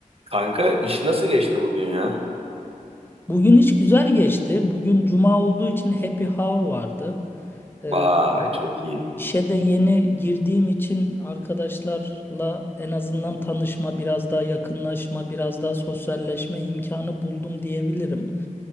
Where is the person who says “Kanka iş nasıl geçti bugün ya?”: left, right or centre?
Right